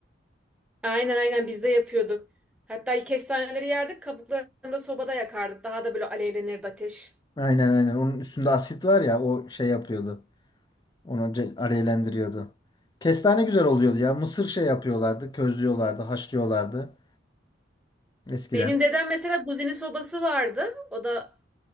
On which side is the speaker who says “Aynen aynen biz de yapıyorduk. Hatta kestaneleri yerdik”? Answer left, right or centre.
Centre